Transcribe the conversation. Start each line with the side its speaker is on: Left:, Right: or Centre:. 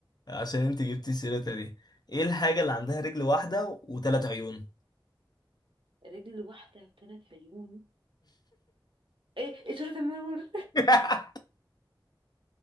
Left: عشان انت جبتي سيرتها دي ايه الحاجة اللي عندها رجل واحدة وثلاث عيون
Right: <laughs> رجل واحدة وثلاث عيون ايه اشارة المرور
Left: <laughs>